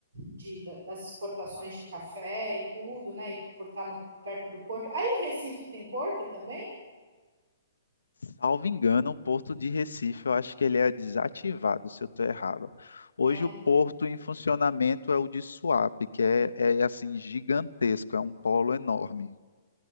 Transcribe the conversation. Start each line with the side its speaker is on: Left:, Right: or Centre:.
Right: de, das exportações de café e tudo, né? E por estar no, perto do porto. Aí Recife tem porto também?
Left: Salvo engano, o Porto de Recife, eu acho que ele é desativado, se eu estou errado. Hoje
Right: É.
Left: o Porto em funcionamento é o de Suape, que é, é assim gigantesco, é um polo enorme.